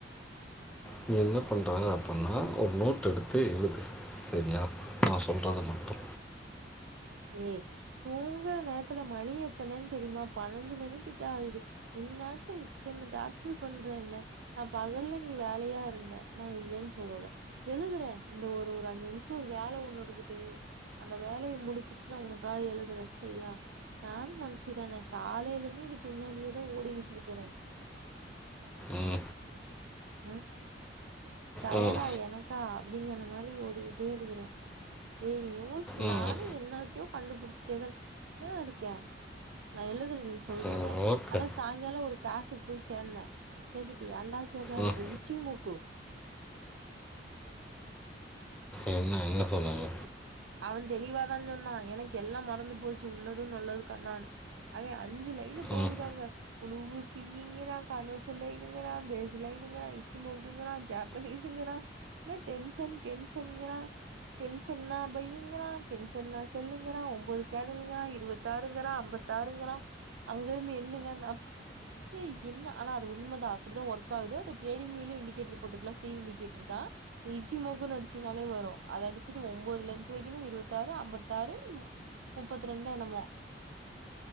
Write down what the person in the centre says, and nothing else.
நீ என்ன பண்ற அப்டின்னா ஒரு நோட் எடுத்து எழுது சரியா நா சொல்றது மட்டு
ம்
ம்
ம்
ம் ஓகே
ம்
என்ன எங்க சொன்னாங்க
ம்